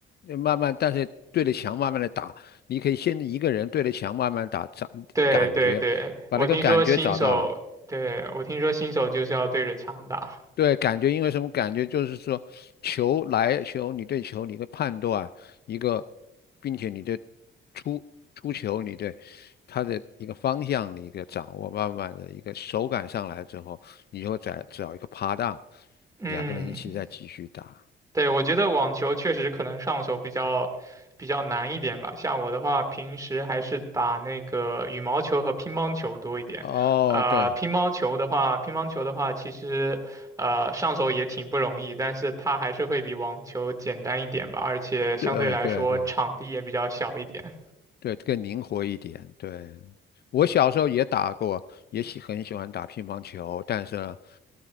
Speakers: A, on the left; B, on the right.
A: 慢慢，但是对着墙慢慢的打，你可以先一个人对着墙慢慢打，找感觉，
B: 对对对，
A: 把那个感觉找到了，
B: 我听说新手，对，我听说新手就是要对着墙打，
A: 对，感觉因为什么？感觉就是说，球来球，你对球你的判断一个，并且你对出出球你对它的一个方向的一个掌握，慢慢的一个手感上来之后，你又再找一个趴档，
B: 嗯，
A: 两个人一起再继续打。
B: 对，我觉得网球确实可能上手比较比较难一点吧。像我的话，平时还是打那个羽毛球和乒乓球多一点。
A: 哦，
B: 呃，
A: 对
B: 乒乓球的话，乒乓球的话，其实呃上手也挺不容易，但是它还是会比网球简单一点吧，而且相对来说场地也比较小一点。
A: 对对对，对，更灵活一点。对，我小时候也打过，也喜很喜欢打乒乓球，但是呢